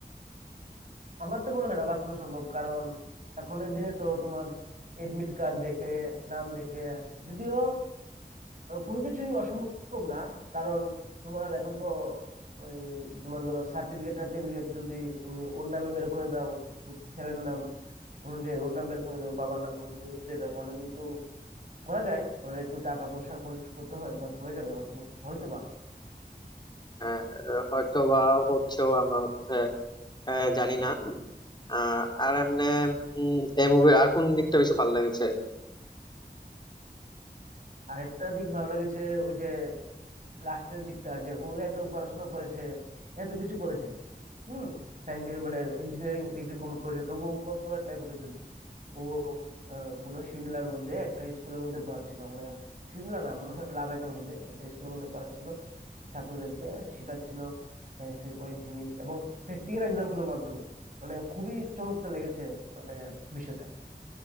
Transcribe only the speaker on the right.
আমার তো মনে হয় না বাস্তবে সম্ভব কারণ এখনের দিনে তো তোমার এডমিট কার্ড দেখে নাম দেখে যদিও আহ কোনো কিছুই অসম্ভব না কারণ তোমার এখন তো ওই তোমার ধরো সার্টিফিকেট টার্টিফিকেট যদি তুমি ওর নামে বের করে দাও ওর ছেলের নাম অনুযায়ী ওর নাম বের করে দাও বাবার নাম অনুযায়ী ওর দিয়ে দাও তাহলে কিন্তু করা যায় ওরা একটু টাকা পয়সা খরচ করতে হয় বাট হয়ে যাবে হ- হয়তো বা
আরেকটা দিক ভালো লেগেছে ওই যে লাস্টের দিকটা যে ও এত পড়াশোনা করেছে এত কিছু করেছে হুম সায়েন্স মানে ইঞ্জিনিয়ারিং ডিগ্রি কমপ্লিট করেছে তবুও কর্পোরেট লাইফে ঢুকেনি ও আহ, কোনো সিমলার মধ্যে একটা স্কুলের মধ্যে পড়াচ্ছিল মানে সিমলা না মনে হয় লাদাখের মধ্যে একটা স্কুলের মধ্যে পড়াচ্ছিল ছাত্রদেরকে শেখাচ্ছিল সায়েন্সের অনেক জিনিস এবং প্র্যাকটিক্যাল এক্সাম্পলের মাধ্যমে মানে খুবই চমৎকার লেগেছে মানে বিষয়টা